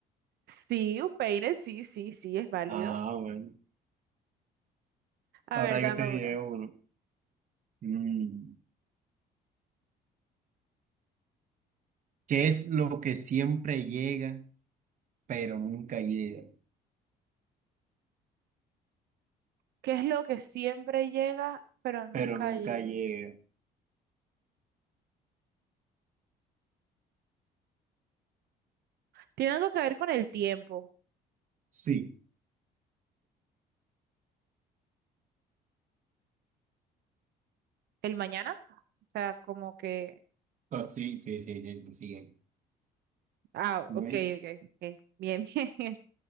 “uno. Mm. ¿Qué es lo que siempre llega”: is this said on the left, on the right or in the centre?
Right